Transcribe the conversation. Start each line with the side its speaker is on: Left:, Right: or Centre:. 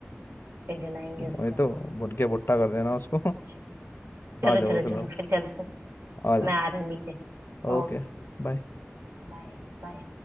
Right: फिर जलाएंगे उसको
Left: वही तो भुट के भुट्टा कर देना उसको <laughs>
Right: चल- चलो
Left: आ जाओ
Right: चलो
Left: फिलहाल
Right: चलो फिर चलते हैं
Left: आ जाओ
Right: मैं आ रही हूँ नीचे
Left: Okay
Right: ओके
Left: bye
Right: बाय बाय